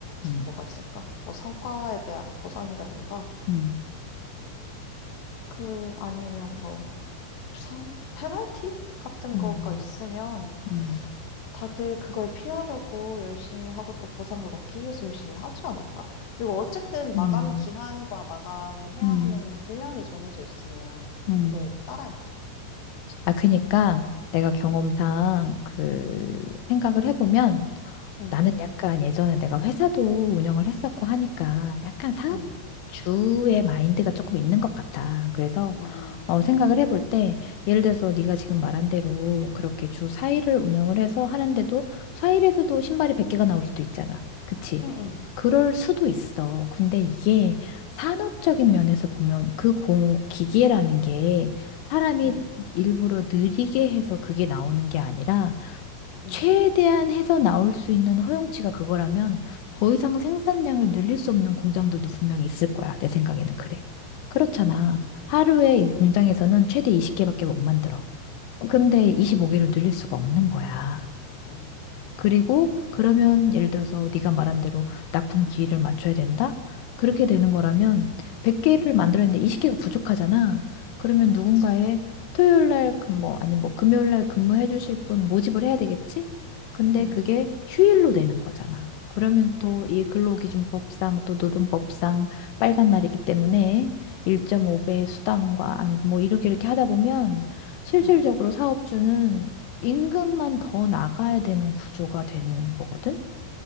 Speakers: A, on the left; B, on the left.
A: 음,
B: 뭐가 있을까? 뭐 성과에 대한 보상이라든가
A: 음,
B: 그 아니면 뭐 상, 페널티 같은
A: 음,
B: 거가 있으면
A: 음,
B: 다들 그걸 피하려고 열심히 하고 또 보상을 얻기 위해서 열심히 하지 않을까? 그리고 어쨌든 마감
A: 음,
B: 기한과 마감해야
A: 음,
B: 하는 분량이 정해져 있으면
A: 음.
B: 그걸 따라야 되잖아.
A: 아, 그니까 내가 경험상 그 생각을 해보면
B: 응,
A: 나는 약간 예전에 내가 회사도 운영을 했었고 하니까 약간 사업주의
B: 응,
A: 마인드가 조금 있는 것 같아. 그래서
B: 음,
A: 어, 생각을 해볼 때 예를 들어서 네가 지금 말한 대로 그렇게 주 4일을
B: 응,
A: 운영을 해서 하는데도 4일에서도 신발이 100개가 나올 수도 있잖아. 그치?
B: 응, 응,
A: 그럴 수도 있어. 근데 이게
B: 응, 응,
A: 산업적인 면에서 보면 그 공, 기계라는 게 사람이
B: 응,
A: 일부러 느리게 해서 그게 나오는 게 아니라
B: 응,
A: 최대한 해서 나올 수 있는 허용치가 그거라면 더 이상 생산량을 늘릴 수 없는 공장들도 분명히 있을 거야. 내 생각에는 그래. 그렇잖아.
B: 응,
A: 하루에 이 공장에서는 최대 20개밖에 못 만들어. 근데
B: 응,
A: 25개로 늘릴 수가 없는 거야.
B: 응,
A: 그리고 그러면 예를 들어서 네가 말한 대로 납품 기일을 맞춰야 된다? 그렇게 되는 거라면 100개를
B: 응,
A: 만들었는데 20개가 부족하잖아. 그러면
B: 그렇지.
A: 누군가의 토요일 날 근무 뭐 아니 뭐 금요일 날 근무해 주실 분 모집을 해야 되겠지? 근데
B: 응.
A: 그게
B: 그렇지.
A: 휴일로 되는 거잖아. 그러면 또
B: 응, 응,
A: 이 근로기준법상 또 노동법상 빨간 날이기 때문에 1.5배
B: 응,
A: 수당과 아니 뭐 이렇게 이렇게 하다 보면 실질적으로
B: 응.
A: 사업주는 임금만 더 나가야 되는 구조가 되는 거거든?